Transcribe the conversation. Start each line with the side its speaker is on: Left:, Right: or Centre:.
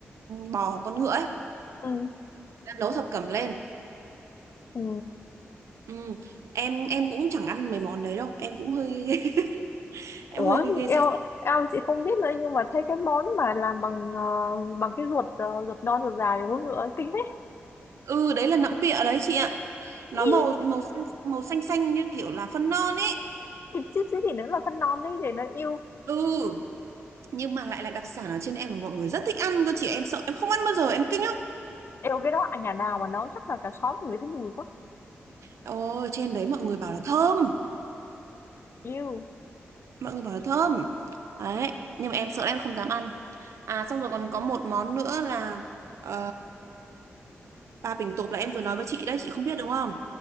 Right: bò, con ngựa ấy,
Left: Ừ.
Right: nấu thập cẩm lên.
Left: Ừ.
Right: Ừ. Em em cũng chẳng ăn mấy món đấy đâu, em cũng hơi <laughs>
Left: Ủa,
Right: em hơi ghê ghê
Left: eo
Right: sợ
Left: eo chị không biết nữa nhưng mà thấy cái món mà làm bằng ờ, bằng cái ruột ờ, ruột non ruột dài của ngựa ấy, kinh đấy.
Right: ừ đấy là nọng pịa đấy chị ạ nó
Left: Ý,
Right: màu màu xanh màu xanh xanh như kiểu là phân non ấy
Left: thịt chứ chứ gì nữa là phân non đấy để nó yêu.
Right: ừ nhưng mà lại là đặc sản ở trên em mà mọi người rất thích ăn cơ chị em sợ em không ăn bao giờ em kinh lắm
Left: yêu cái đó à, nhà nào mà nấu chắc là cả xóm người thấy mùi quá.
Right: ôi trên đấy mọi người bảo là thơm
Left: Yêu.
Right: mọi người bảo là thơm đấy nhưng mà em sợ em không dám ăn à xong rồi
Left: Ừ.
Right: còn có một món nữa là ờ, ba bình tộp là em vừa nói với chị đấy chị không biết đúng không